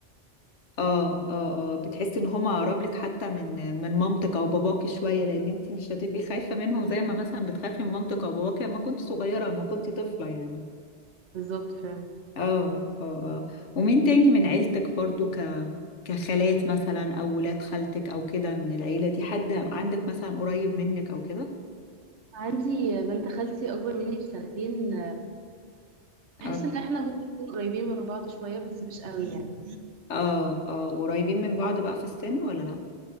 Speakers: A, on the left (about 80°); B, on the right (about 75°).
A: اه اه اه بتحسي ان هم اقرب لك حتى من من مامتك او باباكي شوية لان انت مش هتبقي خايفة منهم زي ما مثلا بتخافي من مامتك او باباكي لما كنت صغيرة لما كنت طفلة يعني
B: بالظبط فعلا
A: اه اه اه ومين تاني من عيلتك برضو ك كخالات مثلا او ولاد خالتك او كده من العيلة دي حد عندك مثلا قريب منك او كده
B: عندي بنت خالتي اكبر مني بسنتين بحس
A: آه.
B: ان احنا ممكن نكون قريبين من بعض شويه بس مش قوي يعني
A: اه اه قريبين من بعض بقى في السن ولا لا